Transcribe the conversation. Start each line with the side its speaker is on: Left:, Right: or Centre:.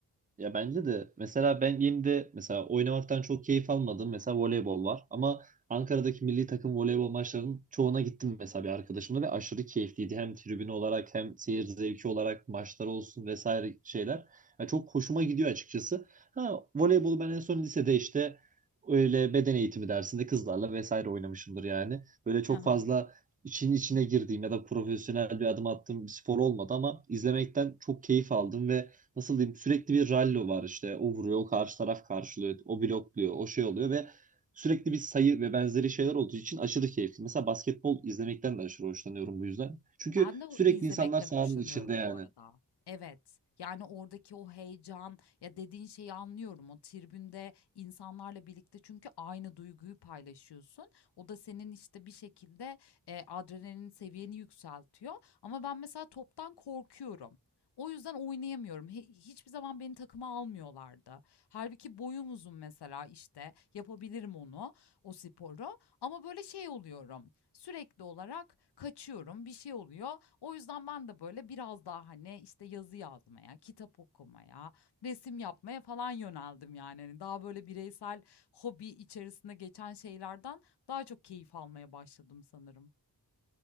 Right: Ya bence de mesela ben benim de mesela oynamaktan çok keyif almadım. Mesela voleybol var ama Ankara'daki milli takım voleybol maçlarının çoğuna gittim mesela bir arkadaşımla ve aşırı keyifliydi. Hem tribün olarak hem seyir zevki olarak maçlar olsun vesaire şeyler. Ya çok hoşuma gidiyor açıkçası. Ha, voleybolu ben en son lisede işte öyle beden eğitimi dersinde kızlarla vesaire oynamışımdır yani. Böyle çok
Left: Aha.
Right: fazla için içine girdiğim ya da profesyonel bir adım attığım bir spor olmadı ama izlemekten çok keyif aldım ve nasıl diyeyim sürekli bir rallo var işte. O vuruyor, o karşı taraf karşılıyor, o blokluyor, o şey oluyor ve sürekli bir sayı ve benzeri şeyler olduğu için aşırı keyifli. Mesela basketbol izlemekten de aşırı hoşlanıyorum bu yüzden. Çünkü
Left: Ben de o
Right: sürekli
Left: izlemekten
Right: insanlar sahanın
Left: hoşlanıyorum
Right: içinde yani.
Left: bu arada. Evet. Yani oradaki o heyecan ya dediğin şeyi anlıyorum. O tribünde insanlarla birlikte çünkü aynı duyguyu paylaşıyorsun. O da senin işte bir şekilde e, adrenalin seviyeni yükseltiyor. Ama ben mesela toptan korkuyorum. O yüzden oynayamıyorum. Hi- Hiçbir zaman beni takıma almıyorlardı. Halbuki boyum uzun mesela işte yapabilirim onu, o sporu. Ama böyle şey oluyorum. Sürekli olarak kaçıyorum, bir şey oluyor. O yüzden ben de böyle biraz daha hani işte yazı yazmaya, kitap okumaya, resim yapmaya falan yöneldim yani. Hani daha böyle bireysel hobi içerisinde geçen şeylerden daha çok keyif almaya başladım sanırım.